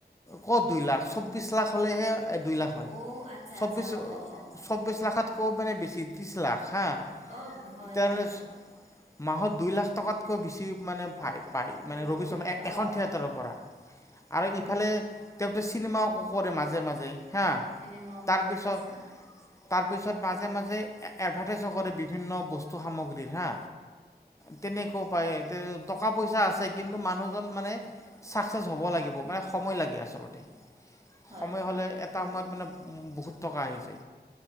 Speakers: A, on the left (about 15°); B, on the right (about 35°).
A: ক'ত দুই লাখ, চৌবিছ লাখ হ'লেহে
B: পোন
A: দুই লাখ হয়
B: অ' আচ্ছা,
A: চৌ্বিছ
B: আচ্ছা, অ', অ', অ',
A: চৌব্বিছ লাখতকৈও মানে বেছি। তিছ লাখ
B: হ-
A: হা
B: অ', হয়,
A: তেতিয়া
B: হয়,
A: হ'লে।
B: হয়,
A: মাহত দুই লাখ টকাতকৈ বেছি মানে পায়। পায় মানে
B: পে-
A: ৰবি
B: পৰিল
A: শৰ্মা
B: অ'
A: এখন থিয়েটাৰৰ
B: হয়,
A: পৰা
B: হয়,
A: আৰু
B: হা,
A: ইফালে। তেওঁত চিনেমাও কৰে মাজে মাজে হা
B: চিনেমাও
A: তাৰপিছত।
B: কৰে আচ্ছা,
A: তাৰ পিছত মাজে মাজে এডভাৰ্টাইজো কৰে বিভিন্ন বস্তু সামগ্ৰীৰ হা। তেনেকৈ পায় এ টকা পইচা আছে কিন্তু মানুহজন মানে। ছাকচেছ হ'ব লাগিব মানে সময় লাগে আচলতে
B: হয়,
A: সময়
B: হয়,
A: হ'লে এটা
B: ঠিকে
A: সময়ত
B: কৈছে,
A: মানে। বহুত টকা আহিছে।